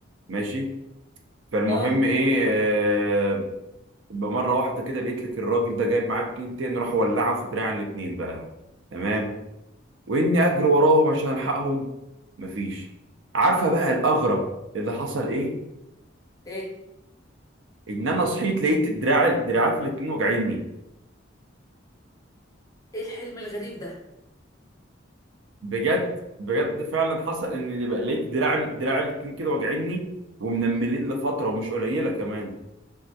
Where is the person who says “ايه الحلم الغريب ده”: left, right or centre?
Left